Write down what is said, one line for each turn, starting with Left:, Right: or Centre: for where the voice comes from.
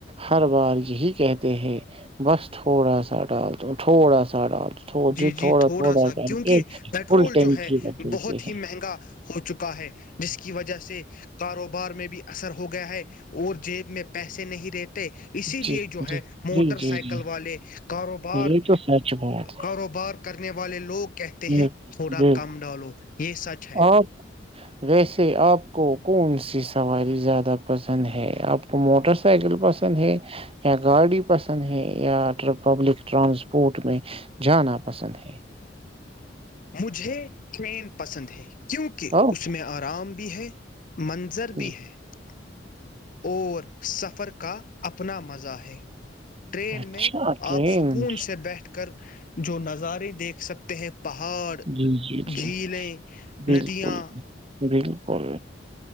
Right: ہر بار یہی کہتے ہیں بس تھوڑا سا ڈال دووں تھوڑا سا ڈال دو تھو
Left: جی جی تھوڑا سا
Right: کر
Left: کیونکہ
Right: کے
Left: پیٹرول
Right: فل ٹینکی
Left: جو ہے
Right: کر دیتے
Left: بہت ہی
Right: ہیں
Left: مہنگا ہو چکا ہے جس کی وجہ سے کاروبار بار میں بھی اثر ہو گیا ہے <unintelligible> اور جیب میں پیسے نہیں رہتے اسی لیے
Right: جی
Left: جو ہے
Right: جی
Left: موٹر
Right: جی جی
Left: سائیکل
Right: جی
Left: والے کاروبار
Right: یہ تو سچ بات
Left: <inaudible> کرنے والے لوگ کہتے
Right: ہے
Left: ہیں تھوڑا
Right: جی
Left: کم ڈالالو یہ سچ ہے
Right: آپ ویسے آپ کو کون سی سواری زیادہ پسند ہے آپ کو موٹر سائیکل پسند ہے یا گاڑی پسند ہے یا پبلک ٹرانسپورٹ میں جانا پسند ہے <unintelligible>
Left: مجھے ٹرین پسند ہے کیونکہ
Right: او
Left: اس میں آرام بھی ہے <unintelligible> منظر بھی
Right: جی
Left: ہے <unintelligible> اور سفر کا اپنا مزہ ہے ٹرین
Right: اچھا
Left: میں
Right: ٹرین
Left: آپ سکون سے بیٹھ کر جو نظارے دیکھ سکتے ہیں پہاڑ
Right: جی جی جی
Left: جھیلیں
Right: بالکل
Left: ندیاں
Right: بالکل